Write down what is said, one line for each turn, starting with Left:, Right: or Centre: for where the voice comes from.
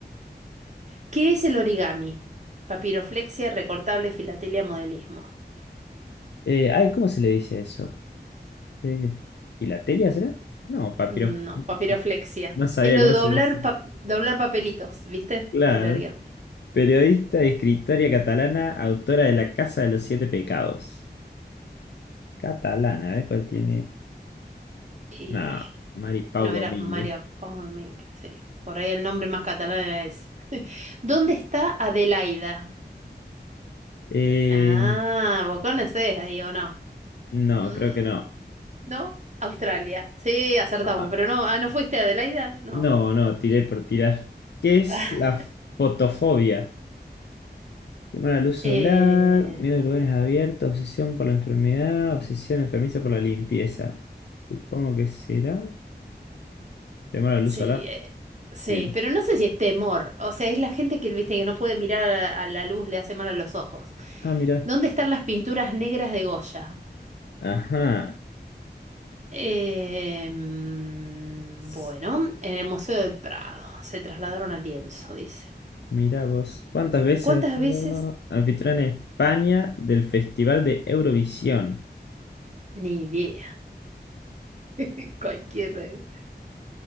Right: ¿Qué es el origami? Papiroflexia, recortable, filatelia, modelismo.
Left: Eh, ay, ¿cómo se le dice eso? ¿Se dice filatelia, será? No, papiro.
Right: No, papiroflexia.
Left: No no sabía
Right: Es lo
Left: cómo
Right: de doblar,
Left: se dice.
Right: pa- doblar papelitos, ¿viste?
Left: Claro.
Right: El origami.
Left: Periodista y escritora catalana, autora de La Casa de los Siete Pecados. Catalana, a ver cuál tiene.
Right: Y
Left: No, Mari Pau
Right: no,
Left: Domínguez.
Right: era María Paz Domínguez, sí. Por ahí el nombre más catalán era ese. ¿Dónde está Adelaida?
Left: Eh,
Right: Ah, vos conocés ahí o no.
Left: no,
Right: Mm,
Left: creo que no.
Right: no, Australia. Sí, acertamos,
Left: Ah,
Right: pero no, ah, ¿no fuiste a Adelaida? No.
Left: No, no, tiré por tirar. ¿Qué es
Right: <laughs>
Left: la fotofobia? Temor al luz solar,
Right: Eh,
Left: miedo a lugares abiertos, obsesión por la enfermedad, obsesión enfermiza por la limpieza. Supongo que será. Temor a la luz
Right: Sí,
Left: solar.
Right: eh, sí,
Left: Bien.
Right: pero no sé si es temor. O sea, es la gente que, viste, que no puede mirar a, a la luz, le hace mal a los ojos.
Left: Ah, mira.
Right: ¿Dónde están las pinturas negras de Goya?
Left: Ajá.
Right: Eh, mm,
Left: S-
Right: bueno, en el Museo del Prado. Se trasladaron al lienzo, dice.
Left: Mira vos. ¿Cuántas veces
Right: ¿Cuántas
Left: has sido
Right: veces?
Left: anfitrión en España del Festival de Eurovisión?
Right: Ni idea. <laughs> Cualquier. eh,